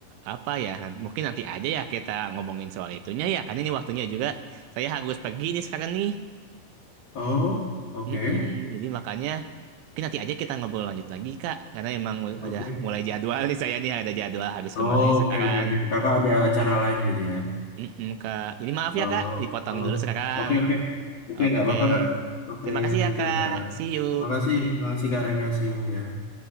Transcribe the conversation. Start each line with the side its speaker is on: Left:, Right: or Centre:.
Right: apa ya, nan- mungkin nanti aja ya kita ngomongin soal itunya ya, karena ini waktunya juga saya harus pergi nih sekarang nih.
Left: Oh, oke.
Right: Mm-mm. Jadi makanya mungkin nanti aja kita ngobrol lanjut lagi Kak, karena emang u-
Left: Oke.
Right: udah mulai jadwal nih saya nih ada jadwal harus
Left: Oh,
Right: kemana nih
Left: oke,
Right: sekarang.
Left: oke, oke. Kakak ada acara lain gitu ya?
Right: Mm-mm, Kak, ini maaf
Left: Oh,
Right: ya Kak, dipotong
Left: oh.
Right: dulu sekarang.
Left: oke oke oke
Right: Oke,
Left: nggak apa-apa kak. Oke,
Right: terima kasih
Left: thank
Right: ya Kak,
Left: you kak.
Right: see you.
Left: Makasih, makasih kak Rekasio ya.